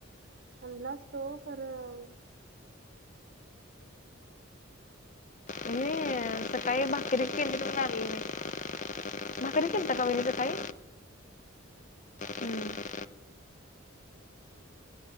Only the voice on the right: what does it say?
आणलं असत हो खरल.